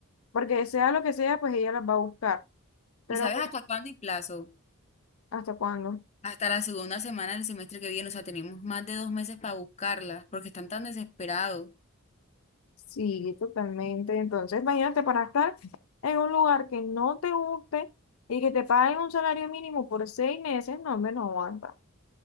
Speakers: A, on the left; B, on the left.
A: porque sea lo que sea, pues ella las va a buscar, pero
B: ¿Y sabes
A: pues,
B: hasta cuándo y plazo?
A: ¿hasta cuándo?
B: Hasta la segunda semana del semestre que viene, o sea, tenemos más de dos meses para buscarlas, porque están tan desesperados.
A: Sí, totalmente. Entonces, imagínate para estar en un lugar que no te guste y que te paguen un salario mínimo por seis meses, no, hombre, no aguanta.